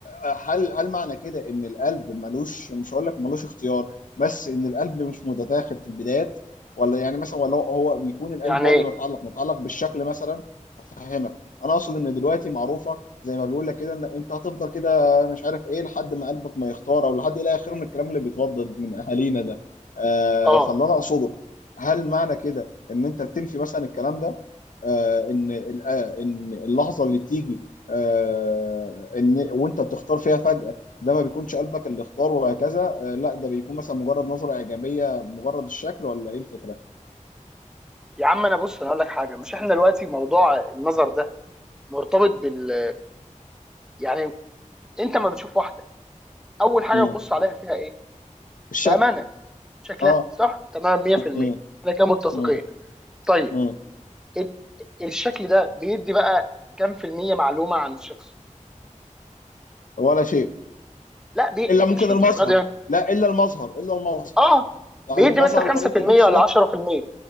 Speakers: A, on the left; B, in the centre.
A: آه، هل هل معنى كده ان القلب ملوش مش هقول لك ملوش اختيار بس ان القلب مش متداخل في البدايات ولا يعني مثلا ولا هو هو بيكون القلب
B: يعني
A: هو
B: ايه
A: اللي متعلق متعلق بالشكل مثلا افهمك انا اقصد ان دلوقتي معروفه زي ما بيقول لك كده ان انت هتفضل كده مش عارف ايه لحد ما قلبك ما يختار او لحد الى اخره من الكلام اللي بيتردد من اهالينا ده آه،
B: اه
A: فاللي انا اقصده هل معنى كده ان انت بتنفي مثلا الكلام ده آه، ان ال- آه، ان اللحظه اللي بتيجي آه، ان وانت بتختار فيها فجأة ده ما بيكونش قلبك اللي اختار وهكذا آه، لا ده بيكون مثلا مجرد نظرة إيجابية مجرد الشكل ولا ايه الفكرة؟
B: يا عم انا بص انا اقول لك حاجه مش احنا دلوقتي موضوع النظر ده مرتبط بال يعني انت ما بتشوف واحده اول حاجه
A: مم.
B: بتبص عليها فيها ايه
A: الشكل
B: بامانه شكلها
A: اه
B: صح تمام 100%
A: مم.
B: احنا كده متفقين
A: مم.
B: طيب
A: مم.
B: ال- الشكل ده بيدي بقى كام في المية معلومه عن الشخص
A: ولا شيء
B: لا بي...
A: الا
B: يعني
A: ممكن
B: مش للدرجه
A: المظهر
B: دي يعني
A: لا الا المظهر الا المظهر
B: اه
A: يعني
B: بيدي
A: المظهر
B: مثلا
A: وطريقة
B: 5%
A: اللبس
B: ولا
A: ده
B: 10%